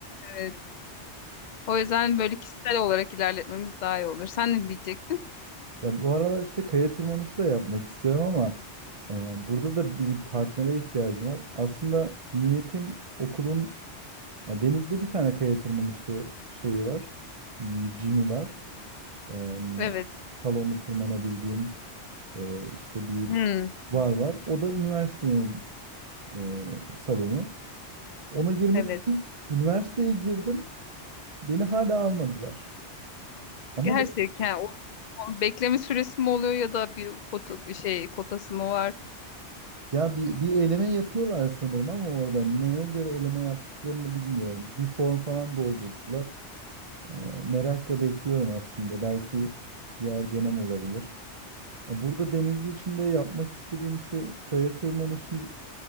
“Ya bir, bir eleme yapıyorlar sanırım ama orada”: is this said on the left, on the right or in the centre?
Right